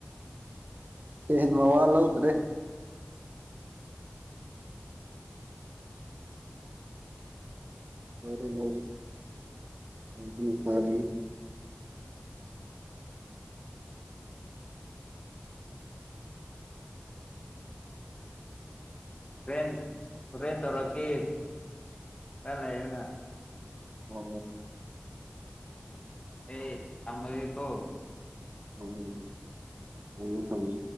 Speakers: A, on the right; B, on the left.
A: ꯑꯦꯟ ꯃꯥꯋꯥꯂꯎꯗ꯭ꯔꯦ ꯑꯣꯏꯣꯏꯔ ꯍꯧꯖꯤ
B: ꯎꯝ
A: ꯑꯗꯨꯅꯤ ꯐꯕꯤ
B: ꯇꯦꯟ ꯇꯦꯟ ꯇꯧꯔꯛꯈꯤ ꯀ ꯂꯩꯒ
A: ꯃ
B: ꯑꯦ ꯇꯃꯒ ꯀꯣ
A: ꯑꯣ ꯊꯝꯃꯣ ꯊꯝꯕꯤ